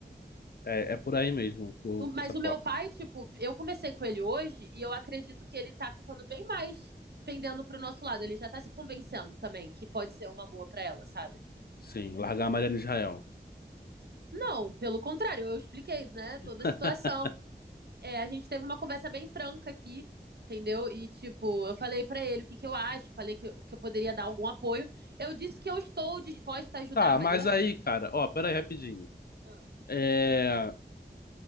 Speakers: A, on the left; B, on the right.
A: É, é por aí mesmo o passaporte.
B: Mas o meu pai, tipo, eu conversei com ele hoje e eu acredito que ele tá ficando bem mais pendendo pro nosso lado. Ele já tá se convencendo também que pode ser uma boa pra ela, sabe?
A: Sim, largar a Mariana Israel.
B: Não, pelo contrário, eu expliquei, né, toda
A: <laughs>
B: a situação. É, a gente teve uma conversa bem franca aqui, entendeu? E, tipo, eu falei pra ele o que, que eu acho, falei que, eu- que eu poderia dar algum apoio. Eu disse que eu estou disposta a ajudar
A: Tá,
B: a Mariana.
A: mas aí, cara, ó, pera aí rapidinho.
B: Ah,
A: É,